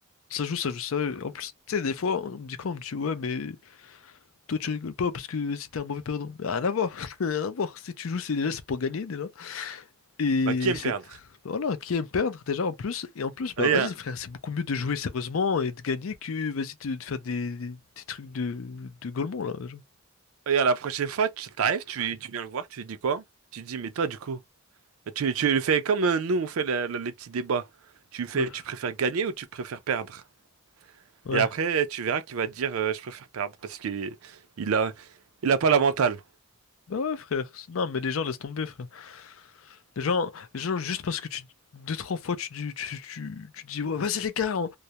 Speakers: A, on the left (about 70°); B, on the right (about 80°).
A: ça joue, ça joue sérieux. En plus, tu sais, des fois, on me dit quoi? On me dit, ouais, mais Toi, tu rigoles pas parce que c'était un mauvais perdant. Mais Rien à voir, <laughs> rien à voir. Si tu joues, c'est déjà c'est pour gagner déjà. Et
B: bah, qui aime
A: c'est
B: perdre?
A: voilà, qui aime perdre déjà en plus. Et en plus, bah
B: Regarde,
A: vas-y frère, c'est beaucoup mieux de jouer sérieusement et de gagner que vas-y te- de faire des, des, des trucs de de gaulement là. genre.
B: regarde, la prochaine fois, tu t'arrives, tu, tu viens le voir, tu lui dis quoi? Tu lui dis, mais toi, du coup, tu, tu le fais comme euh, nous, on fait la- la- les petits débats. Tu fais,
A: Ouais,
B: tu préfères gagner ou tu préfères perdre?
A: ouais.
B: Et après, tu verras qu'il va dire euh, je préfère perdre parce qu'il il a il a pas la mentale.
A: Bah ouais frère. C'est- Non mais les gens laissent tomber frère. Les gens, les gens juste parce que tu deux trois fois tu dis tu, tu, tu dis ouais vas-y les gars,